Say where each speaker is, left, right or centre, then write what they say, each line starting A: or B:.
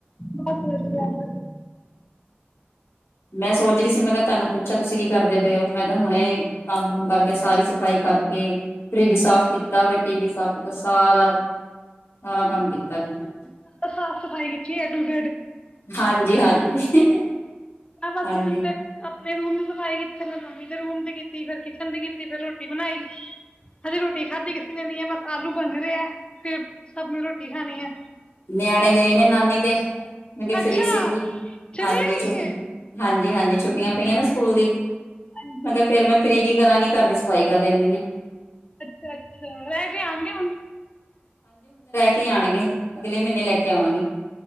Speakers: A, on the left; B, on the left.
A: ਬਹੁਤ ਵਧੀਆ ਬ
B: ਮੈਂ ਸੋਚ ਰਹੀ ਸੀ, ਮੈਂ ਕਿਹਾ। ਤੁਹਾਨੂੰ ਪੁੱਛਿਆ ਤੁਸੀਂ ਕੀ ਕਰਦੇ ਪਏ ਹੋ, ਮੈਂ ਤਾਂ ਹੁਣੇ ਕੰਮ ਕੁੰਮ ਕਰਕੇ ਸਾਰੀ ਸਫ਼ਾਈ ਕਰਕੇ, ਫਰਿੱਜ ਸਾਫ ਕੀਤਾ, ਫਿਰ ਟੀ ਵੀ ਸਾਫ ਕੀਤਾ, ਸਾਰਾ, ਸਾਰਾ ਕੰਮ ਕੀਤਾ। ਮੈਂ
A: ਤਾਂ, ਸਾਫ਼-ਸਫ਼ਾਈ ਖਿੱਚੀ ਹੈ ਟੂਡ
B: ਹਾਂਜੀ। ਹਾਂਜੀ।
A: ਬਸ
B: ਹਾਂਜੀ
A: ਫ ਮੇਰ ਰੂਮ ਦੀ ਸਫ਼ਾਈ ਕੀਤੀ, ਫੇਰ ਮੰਮੀ ਦੇ ਰੂਮ ਤੇ ਕੀਤੀ, ਫੇਰ ਕਿਚਨ ਤੇ ਕੀਤੀ, ਫੇਰ ਰੋਟੀ ਬਣਾਈ। ਹਜੇ ਰੋਟੀ ਖਾਧੀ ਕਿਸੇ ਨੇ, ਨੀ ਹੈ, ਬਸ। ਆਲੂ ਬੰਨ ਰਹੇ ਹੈ, ਫਿਰ ਸਭ ਨੇ ਰੋਟੀ ਖਾਣੀ ਹੈ‌।
B: ਨਿਆਣੇ ਗਏ ਨੇ ਨਾਨੀ ਦੇ, ਮੇ
A: ਅੱਛਾ
B: ਫ੍ਰੀ ਸੀਗੀ
A: ਚਲੀ
B: ਹਾਂਜੀ। ਛੁੱਟੀ।
A: ਗਈ ਹੈ
B: ਹਾਂਜੀ- ਹਾਂਜੀ ਛੁੱਟੀਆਂ ਪਈਆਂ ਨਾ ਸਕੂਲ ਦੀ।
A: ਹਾਂਜੀ
B: ਅਗਰ ਫੇਰ ਮੈਂ ਫ੍ਰੀ, ਗਈ। ਕਰਾਂਗੇ ਘਰ ਦੀ ਸਫ਼ਾਈ ਕਰ ਲੈਂਨੀ ਆ।
A: ਅੱਛਾ-ਅੱਛਾ ਰਹਿ ਕੇ ਆਨਗੇ ਹੁਣ।
B: ਕੀ ਆਣਗੇ? ਅਗਲੇ ਮਹੀਨੇ ਲੈ ਕੇ ਆਵਾਂਗੇ